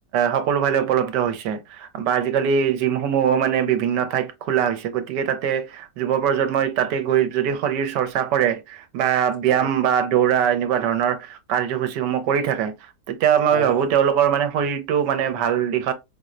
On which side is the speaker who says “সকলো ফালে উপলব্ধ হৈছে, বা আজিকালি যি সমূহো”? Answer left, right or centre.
Right